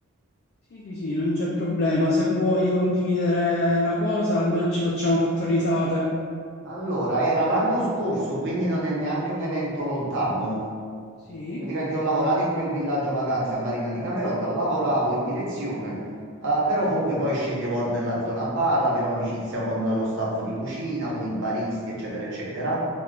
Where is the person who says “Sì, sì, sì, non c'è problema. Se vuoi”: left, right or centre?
Left